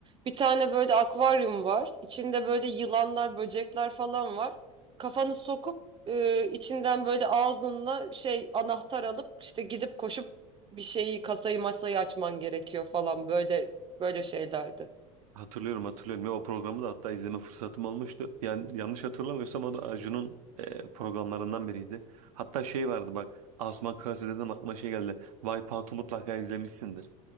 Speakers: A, on the right; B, on the right.
A: Bir tane böyle akvaryum var. İçinde böyle yılanlar, böcekler falan var. Kafanı sokup e, içinden böyle ağzınla şey anahtar alıp işte gidip koşup bir şeyi kasayı masayı açman gerekiyor falan böyle böyle şeylerdi.
B: Hatırlıyorum hatırlıyorum ve o programı da hatta izleme fırsatım olmuştu. Yani yanlış hatırlamıyorsam o da Acun'un e, programlarından biriydi. Hatta şey vardı bak Asuman Krause dedim aklıma şey geldi. Wipeout'u mutlaka izlemişsindir.